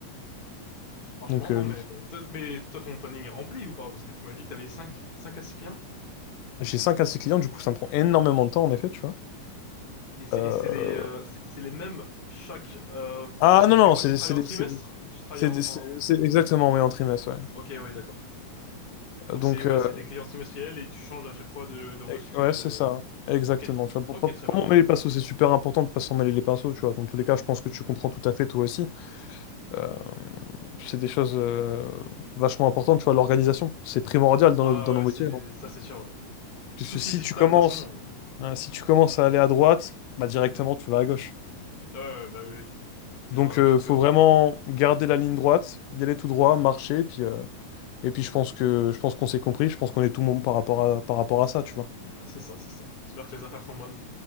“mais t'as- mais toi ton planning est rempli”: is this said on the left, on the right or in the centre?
Left